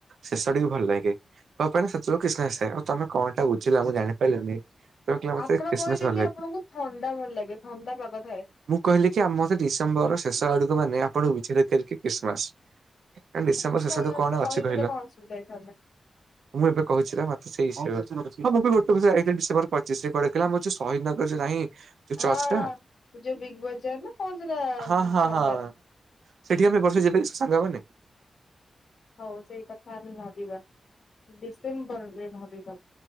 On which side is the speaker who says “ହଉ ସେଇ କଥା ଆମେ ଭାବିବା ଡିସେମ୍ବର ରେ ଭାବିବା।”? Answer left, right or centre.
Left